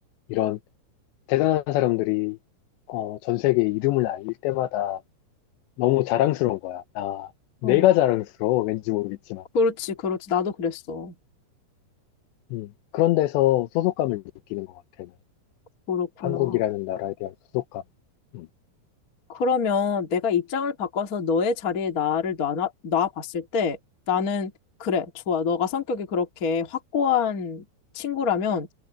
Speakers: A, on the left; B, on the left.
A: 이런 대단한 사람들이 어, 전 세계에 이름을 알릴 때마다 너무 자랑스러운 거야. 나 내가
B: 어,
A: 자랑스러워 왠지 모르겠지만
B: 그렇지, 그렇지. 나도 그랬어.
A: 음, 그런 데서 소속감을 느끼는 것 같아. 나는.
B: 그렇구나.
A: 한국이라는 나라에 대한 소속감. 음.
B: 그러면 내가 입장을 바꿔서 너의 자리에 나를 놔, 놔봤을 때 나는 그래, 좋아. 너가 성격이 그렇게 확고한 친구라면